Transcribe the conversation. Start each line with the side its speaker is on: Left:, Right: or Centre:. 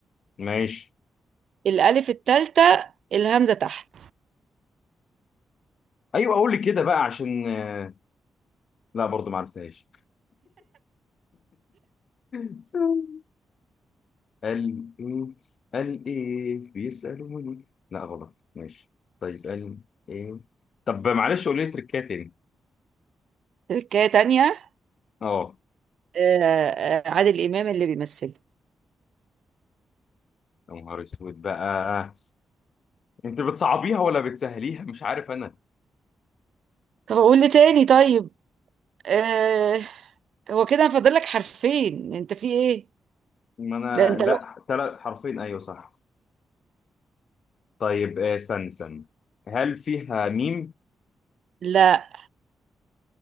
Left: ماشي
Right: الالف الثالثه الهمزه تحت
Left: ايوه اقول لي كده بقى عشان آه، لا برضو ما عرفتهاش <laughs> قال ايه قال ايه بيسألوني لا غلط ماشي طيب قال ايه طب معلش قولي لي تركات تاني
Right: تريكه تانية
Left: اه
Right: آه، آه، عادل امام اللي بيمثله
Left: يا نهار اسود بقى انت بتصعبيها ولا بتسهليها مش عارف انا
Right: طب اقول لي تاني طيب آه، هو كده فاضل لك حرفين انت في ايه
Left: ما انا
Right: ده انت
Left: لا
Right: لو
Left: ثلاث حرفين ايوه صح طيب آه، استنى استنى هل فيها ميم
Right: لا